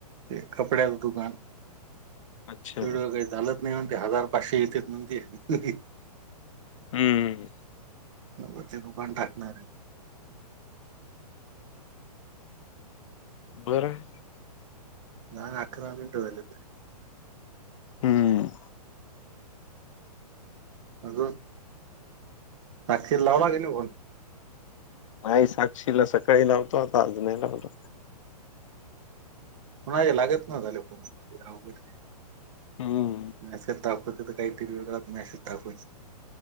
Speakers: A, on the right; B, on the left.
A: ते कपड्याचं दुकान
B: अच्छा
A: <unintelligible> चालत नाही म्हणते हजार पाचशे येतेत म्हणते हे हे.
B: हम्म.
A: न ते दुकान टाकणार आहे.
B: बरं.
A: दहा अकरा मिनिटं व्हायलेत
B: हम्म.
A: अग. साक्षीला लावला की नाही फोन
B: नाही साक्षीला सकाळी लावतो आता आज नाही लावतो.
A: कोणाले लागत ना झाले फोन अवघड हाय
B: हम्म
A: मेसेज टाकूत काही तरी वेगळा मेसेज टाकूत.